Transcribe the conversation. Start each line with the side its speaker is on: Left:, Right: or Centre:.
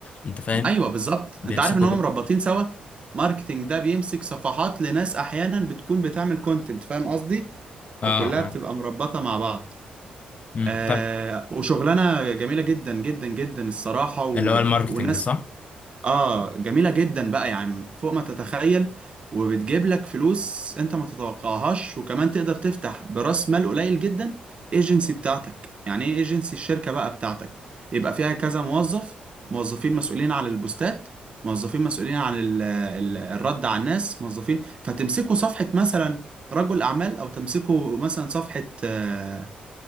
Left: أنت فاهم
Right: ايوه بالظبط
Left: بيمسكوا
Right: انت عارف ان هم
Left: ب...
Right: مربطين سوا ماركتينج ده بيمسك صفحات لناس احيانا بتكون بتعمل كونتنت فاهم قصدي
Left: اه
Right: فكلها بتبقى
Left: اه
Right: مربطة مع بعض
Left: امم
Right: آه
Left: طب
Right: وشغلانة جميلة جدا جدا جدا الصراحة و...
Left: اللي هو الماركتينج
Right: وناس
Left: صح؟
Right: اه جميلة جدا بقى يا عم فوق ما تتخيل وبتجيب لك فلوس انت ما تتوقعهاش وكمان تقدر تفتح براس مال قليل جدا ايجنسي بتاعتك يعني ايه ايجنسي الشركة بقى بتاعتك يبقى فيها كذا موظف موظفين مسؤولين عن البوستات موظفين مسؤولين عن ال ال الرد على الناس موظفين فتمسكوا صفحة مثلا رجل اعمال او تمسكوا مثلا صفحة آه،